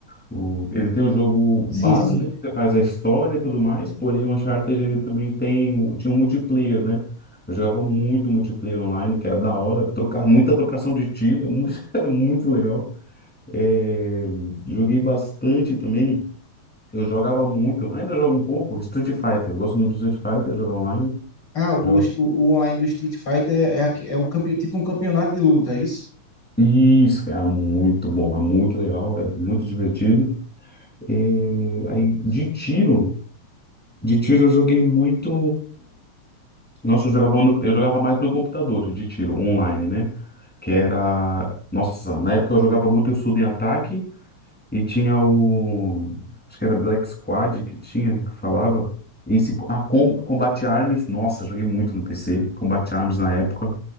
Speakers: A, in the centre; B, on the left.
A: O- ele tem o jogo
B: Sim,
A: base,
B: sim.
A: né? Que você faz a história e tudo mais, porém o Uncharted ele também tem, o- tinha um multiplayer, né? Eu jogava muito multiplayer online, que era da hora, trocar, muita trocação de tiro, <laughs> era muito legal. É, joguei bastante também. Eu jogava muito, ainda jogo um pouco, Street Fighter. Eu gosto muito de Street Fighter, jogar online.
B: Ah, o,
A: jogar-
B: o, o online do Street Fighter é, aque- é o campe- tipo um campeonato de luta, é isso?
A: Isso, é muito bom, é muito legal, é muito divertido. É, Aí, de tiro, de tiro eu joguei muito. Nossa, eu jogava, no- eu jogava mais no computador, de tiro, online, né? Que era. Nossa, na época eu jogava muito Suda em Ataque E tinha o. Acho que era Black Squad que tinha, que falava. Esse, ah, Com- Combate Arms. Nossa, joguei muito no PC. Combate Arms na época,